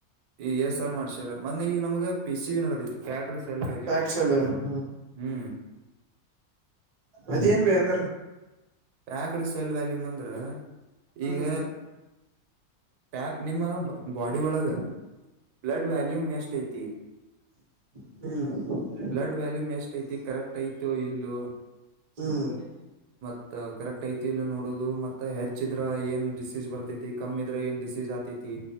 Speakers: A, on the right; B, on the right.
A: ಎ ಎಸ್ ಆರ್ ಮಾಡ್ಸಾರ ಮನ್ನೆ ಈಗ ನಮ್ಗ ಪಿ ಸಿ ಬಿ ನಡದೈತಿ. ಫಾಟ್ರ್ ಸೆಲ್ ವಾಜಿಮ್
B: ಪ್ಯಾಕ್ಸ್ ಅಲ್ಲ ಹ್ಮ್
A: ಹ್ಮ
B: ಅದೇನ ಬೆ ಅಂದ್ರ
A: ಪ್ಯಾಕ್ಡ್ ಸಲ್ ವ್ಯಾಲ್ಯೂಮ ಅಂದ್ರ ಈಗ
B: ಹ್ಮ್
A: ಪ್ಯಾಕ್ ನಿಮ್ಮ ಬಾಡಿ ಒಳಗ ಬ್ಲಡ್ ವ್ಯಾಲ್ಯೂಮ್ ಎಷ್ಟ ಐತಿ.
B: ಹ್ಮ
A: ಬ್ಲಡ್ ವ್ಯಾಲ್ಯೂಮ್ ಎಷ್ಟ ಐತಿ ಕರೆಕ್ಟ್ ಐತ ಇಲ್ಲೋ.
B: ಹ್ಮ
A: ತ್ತ ಕರೆಕ್ಟ್ ಐತಿ ಇಲೋ ಇಲ್ಲ ನೋಡುದು ಮತ್ತ ಹೆಚ್ಚಿದ್ರ ಏನ್ ಡಿಸೀಸ್ ಬರ್ತೈತಿ. ಕಮ್ಮ ಇದ್ರ ಏನ ಡಿಸೀಜ ಆತತಿ.